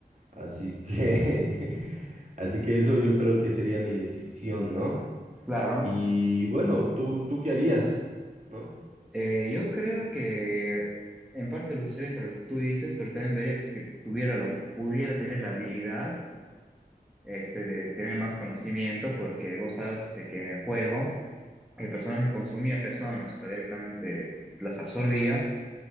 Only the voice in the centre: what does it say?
Claro,
eh, yo creo que en parte lo usaría para lo que tú dices, pero también vería si es que tuviera la, pudiera tener la habilidad este, de tener más conocimiento, porque vos sabes este, que en el juego el personaje consumía personas, o sea, directamente las absorbía,